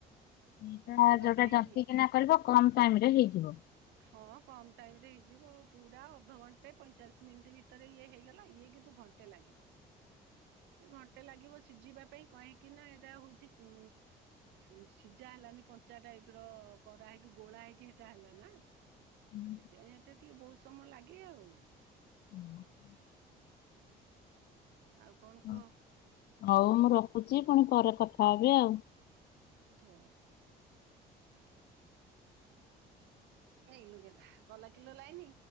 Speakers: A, on the left; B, on the right.
A: ଏଇଟା
B: ସିଝିବା
A: ଯୋଉଟା
B: ପାଇଁ
A: ଜନ୍ତିକିନା କରିବ କମ ଟାଇମ ରେ ହେଇଯିବ।
B: ହଁ କମ ଟାଇମ୍ ରେ ହେଇଯିବ ପୁରା ଅଧଘଣ୍ଟେ ପଇଁଚାଳିଶ ମିନିଟ ଭିତରେ ଇଏ ହେଇଗଲା ଇଏ କି ନ୍ତୁ ଘଣ୍ଟେ ଲାଗିବ ଘଣ୍ଟେ ଲାଗିବ ସିଝିବା ପାଇଁ କ କିନା ଏଇଟା ହେଉଛି ଙ୍କୁ ଉଁ ସିଝା ହେଲାନି କଞ୍ଚା ଟାଇପ୍ ର କରା ହେଇକି ଗୋଳା ହେଇକି ହେଟା ହେଲା ନା
A: ହୁଁ
B: ସେଥିପାଇଁ ଏଟା ଟିକେ ବହୁତ ସମୟ ଲାଗେ ଆଉ।
A: ହୁଁ।
B: ଆଉ କଣ କୁହ?
A: ହୁଁ। ହଉ ମୁଁ ରଖୁଛି ପୁଣି ପରେ କଥା ହେବି ଆଉ
B: ହ। ଏଇ ଲୁ ଗେଧା ଗଲା କିଲୋ ଲାଇନି